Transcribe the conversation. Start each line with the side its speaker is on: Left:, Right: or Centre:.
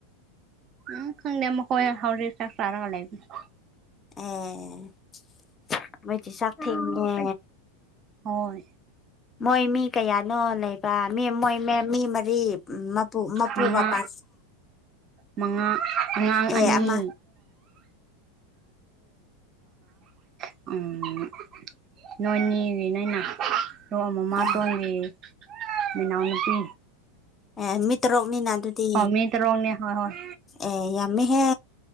Right: ꯎꯝ ꯈꯪꯗꯦ ꯃꯈꯣꯏ ꯍꯧꯖꯤꯛ ꯆꯥꯛ ꯆꯥꯔꯒ ꯂꯩꯕꯅꯦ
Left: ꯑꯦ ꯃꯣꯏꯗꯤ ꯆꯥꯛ ꯊꯦꯡꯉꯦ
Right: ꯍꯣꯏ
Left: ꯃꯣꯏ ꯃꯤ ꯀꯌꯥꯅꯣ ꯂꯩꯕ ꯃꯤ ꯃꯣꯏ ꯃꯤ ꯃꯔꯤ ꯃꯄꯨꯒ
Right: ꯃꯉꯥ
Left: ꯄꯥ
Right: ꯃꯉꯥ ꯑꯉꯥꯡ
Left: ꯑꯦ
Right: ꯑꯅꯤ
Left: ꯑꯃ
Right: <unintelligible> ꯅꯣꯏꯅꯤꯔꯤ ꯅꯣꯏꯅ ꯗꯣ ꯃꯃꯥꯇꯣꯟꯒꯤ
Left: ꯑꯥ
Right: ꯃꯅꯥꯎꯅꯨꯄꯤ
Left: ꯑꯦ ꯃꯤ ꯇꯔꯨꯛꯅꯤꯅ ꯑꯗꯨꯗꯤ
Right: ꯑꯣ ꯃꯤ ꯇꯔꯨꯛꯅꯦ ꯍꯣꯏ ꯍꯣꯏ
Left: ꯑꯦ ꯌꯥꯝꯃꯤꯍꯦ